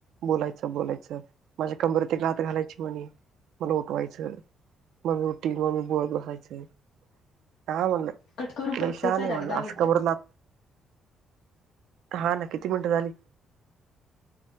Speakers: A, on the right (about 80°); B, on the left (about 75°).
A: बोलायचं बोलायचं माझ्या कमरतलाात घालायची म्हणे मला उठवायचं मममी उ टी मममी बवा बो खायचे काय म्हणलं
B: कट करू परत
A: लशा
B: कायच
A: नाही
B: ना
A: म्हणलं
B: दहा
A: असं
B: मिनटं
A: कबरलात हा ना किती मिनटं झाली